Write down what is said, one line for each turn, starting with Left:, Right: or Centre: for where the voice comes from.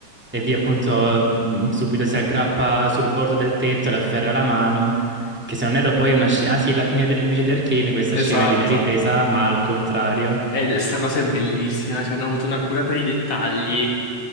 Centre: e Vi appunto mh, subito si aggrappa sul bordo del tetto e le afferra la mano. Che se non erro poi è una scena... Ah sì, alla fine del, invece di Arcane questa
Left: Esatto.
Centre: scena viene ripresa ma al contrario.
Left: E sta cosa è bellissima, cioè hanno avuto una cura per i dettagli.